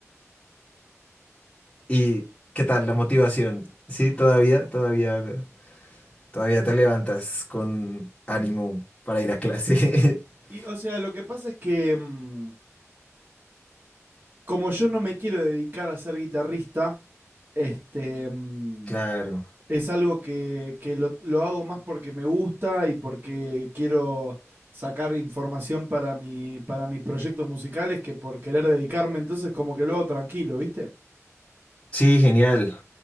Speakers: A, on the left; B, on the right.
A: ¿Y qué tal la motivación? Sí, todavía, todavía, todavía te levantas con ánimo para ir a clase. <laughs>
B: Y, o sea, lo que pasa es que, mm, como yo no me quiero dedicar a ser guitarrista, Este, mm,
A: Claro.
B: es algo que, que lo, lo hago más porque me gusta y porque quiero sacar información para mi, para mis proyectos musicales que por querer dedicarme, entonces como que lo hago tranquilo, ¿viste?
A: Sí, genial.